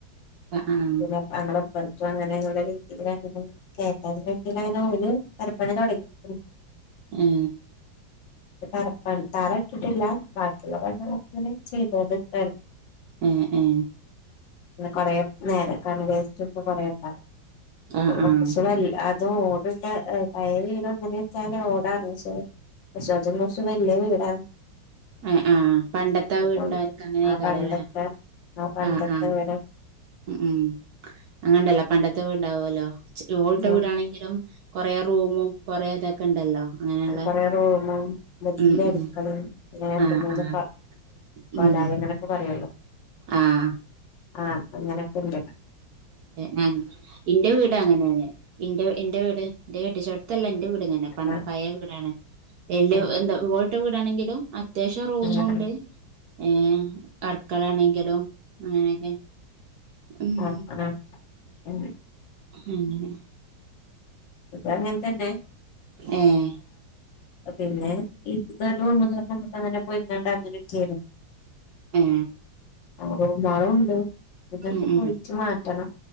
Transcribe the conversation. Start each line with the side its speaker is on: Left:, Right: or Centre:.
Right: ആഹ്
Left: പിന്നെ താങ്കളെ പഠത്ത അങ്ങനെയുള്ള രീതിൽങ്ങനെ അതിന് വേണ്ടി അതിന് ഓല് പെരപ്പണി തുടങ്ങിയിണ്ട്
Right: ഏ
Left: തറ താറ ഇട്ടിട്ടില്ല ബാക്കിയുള്ള പ ഇങ്ങനെ ചെയ്തക്കാ
Right: ഏ ഏ
Left: കൊറേ നേരെ ക വേസ്റ്റ് ഒക്കെ കൊറണ്ടാവും
Right: ആഹ്
Left: ഓ
Right: ആഹ്
Left: സവാരി അതും ഓടിട്ട പയറി വരും അങ്ങനെ വെച്ചാല് ഓടാണ് പക്ഷെ പക്ഷ അതും കൊർച്ച് വലിയ വീടാണ്
Right: ആഹ് ആഹ് പണ്ടത്തെ
Left: അടിപൊളി
Right: വീടിണ്ടാർക്ക് അങ്ങനെയൊക്കാാരല്ലേ
Left: ആ പണ്ടത്തെ ആ പണ്ടത്തെ
Right: ആഹ് ആഹ്
Left: വീട്
Right: ഉം ഉം അങ്ങനണ്ടല്ലോ പണ്ടത്തെ വീണ്ടാവുമല്ലോ ഓടിട്ട
Left: ഉം
Right: വീടാണെങ്കിലും കൊറെേ റൂമും കൊറെേ ഇതൊക്കെ ഉണ്ടല്ലോ അങ്ങനെയുള്ള
Left: കൊറേ റൂമും വല്ല്യ
Right: ഉം
Left: അടുക്കളും
Right: ഉം
Left: രണ്ട്
Right: ആഹ്
Left: മൂന്ന്
Right: ആഹ് ഉം
Left: ല അങ്ങനൊക്കെ പറയല്ലോ
Right: ആഹ്
Left: ആഹ് അങ്ങനൊക്കെണ്ട്
Right: ഞ എന്റെ വീട് അങ്ങനെയാണ്ന്റെ എന്റെ വീട് എന്റെ കെട്ടിച്ചടത്തല്ല എൻ്റെ വീട് ങ്ങെ പ
Left: ആഹ്
Right: പഴയ വീടാണ് എല്യ
Left: ആഹ്
Right: എന്താ ഓടിട്ട വീടാണെങ്കിലും അത്യാവശ്യം റൂമുണ്ട്
Left: ആഹ്
Right: ഏ അടക്കളാണെങ്കിലും അങ്ങനെയൊക്കെ ഉം
Left: ആഹ് ആഹ് ഉം
Right: അങ്ങനെ
Left: അതാ അങ്ങനത്തന്നെ
Right: ഏഫ്
Left: പിന്നെ ഇതൊരു റൂമ്ന്ന് ഒരു റൂമുക്ക് അങ്ങനെ പോയിാണ്ട് അങ്ങറ്റരുന്നു
Right: ഏ
Left: ആ മഴുണ്ട് എന്നൊക്കെ
Right: ഉം ഉം
Left: പൊളിച്ചു മാറ്റണം